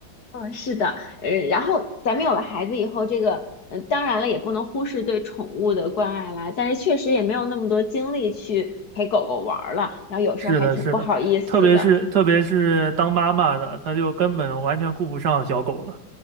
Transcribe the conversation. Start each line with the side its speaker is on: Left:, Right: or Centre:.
Left: 嗯，是的，呃，然后咱们有了孩子以后，这个，嗯、当然了，也不能忽视对宠物的关爱啦，但是确实也没有那么多精力去陪狗狗玩儿了，然后有时候还挺不好意思的，
Right: 是的，是的，特别是特别是当妈妈的，她就根本完全顾不上小狗了，